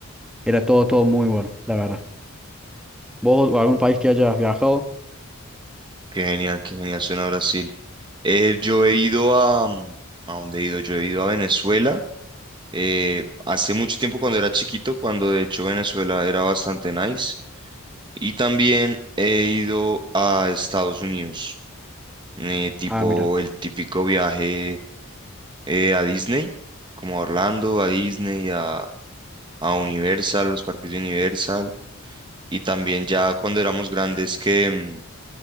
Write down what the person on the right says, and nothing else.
Qué genial, qué genial suena Brasil. Eh, yo he ido a... mm, ¿A dónde he ido? Yo he ido a Venezuela. eh, hace mucho tiempo cuando era chiquito, cuando de hecho Venezuela era bastante nice. Y también he ido a Estados Unidos. eh, tipo
el típico viaje eh, a Disney, como a Orlando, a Disney, a, a Universal, los parques de Universal. Y también ya cuando éramos grandes que, mm,